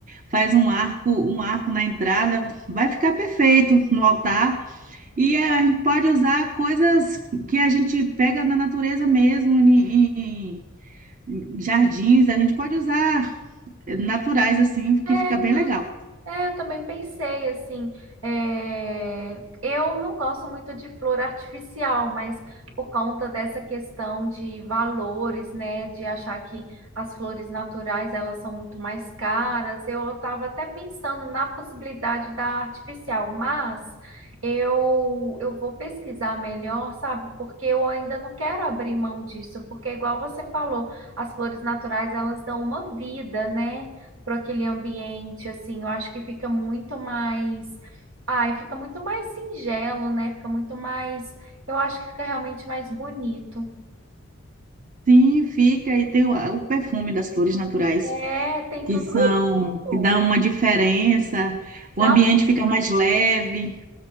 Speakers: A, on the right; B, on the right.
A: faz um arco, um arco na entrada, vai ficar perfeito no altar. E é, a gente pode usar coisas que a gente pega na natureza mesmo, em, em- em jardins, a gente pode usar naturais assim, que
B: É,
A: fica bem
B: né?
A: legal.
B: É, eu também pensei assim, é, eu não gosto muito de flor artificial, mas por conta dessa questão de valores, né, de achar que as flores naturais elas são muito mais caras, eu estava até pensando na possibilidade da artificial, mas eu eu vou pesquisar melhor, sabe? Porque eu ainda não quero abrir mão disso, porque igual você falou, as flores naturais elas dão uma vida, né? para aquele ambiente, assim, eu acho que fica muito mais, ai, fica muito mais singelo, né? Fica muito mais, eu acho que fica realmente mais bonito.
A: Sim, fica, e tem o, o perfume das flores naturais,
B: É, tem
A: que
B: tudo
A: são,
B: isso.
A: que dão uma diferença,
B: Dá
A: o ambiente
B: uma
A: fica mais leve.